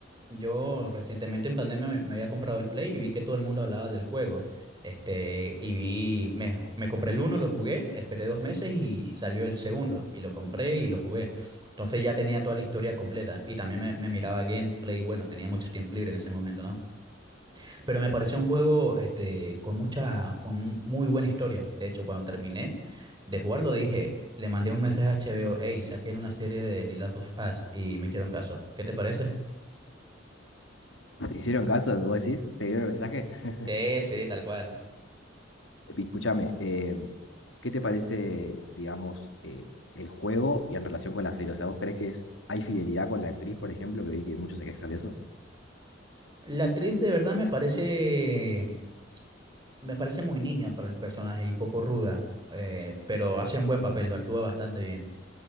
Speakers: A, on the right (about 25°); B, on the left (about 80°).
A: Yo recientemente en pandemia me, me había comprado el Play y vi que todo el mundo hablaba del juego. Este, y vi, me, me compré el uno, lo jugué, esperé dos meses y salió el segundo. Y lo compré y lo jugué. Entonces ya tenía toda la historia completa. Y también me, me miraba gameplay. Bueno, tenía mucho tiempo libre en ese momento, ¿no? Pero me pareció un juego este, con mucha, con muy buena historia. De hecho, cuando terminé de jugarlo, dije, le mandé un mensaje a HBO, hey, saquen una serie de The Last of Us. Y me hicieron caso. ¿Qué te parece?
B: ¿Te hicieron caso? ¿Vos decís? ¿Te dieron el mensaje? <laughs>
A: Sí, sí, tal cual.
B: Y Escúchame, eh, ¿qué te parece, digamos, eh, el juego y en relación con la serie? O sea, ¿vos crees que es, hay fidelidad con la actriz, por ejemplo, que vi que muchos se quejan de eso?
A: La actriz de verdad me parece, me parece muy niña para el personaje y poco ruda, eh, pero hace un buen papel, lo actúa bastante bien,